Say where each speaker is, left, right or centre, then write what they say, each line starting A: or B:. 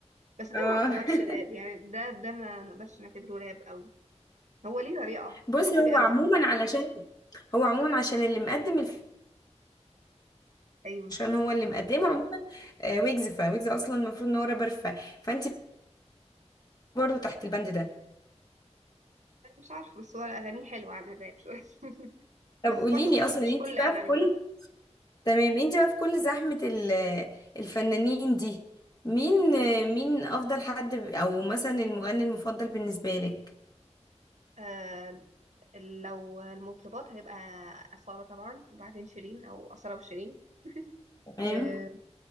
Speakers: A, on the right (about 85°); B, on the left (about 35°).
A: بس ده
B: اه
A: ما يعتبرش
B: <laughs>
A: راب يعني ده ده ما نقدرش نعتبره راب قوي هو ليه طريقة
B: بصي
A: ليه طريقة
B: هو عموما
A: لوحده
B: علشان هو عموما عشان اللي مقدم الف...
A: أيوة
B: عشان هو اللي مقدمه عموما آه، ويجز فويجز اصلا المفروض ان هو رابر ف فانت برضو تحت البند ده
A: أنا مش عارفة بس هو أغانيه حلوة عن الراب شوية <laughs>
B: طب
A: بس
B: قولي
A: برضو
B: لي
A: مش
B: اصلا
A: مش
B: انت
A: كل
B: بقى
A: أغانيه
B: في كل تمام انت بقى في كل زحمه ال... الفنانين دي مين آه، مين افضل حد ب- او مثلا المغني المفضل بالنسبه لك
A: آه لو المطربات هيبقى أصالة طبعا وبعدين شيرين أو أصالة وشيرين
B: تمام
A: آه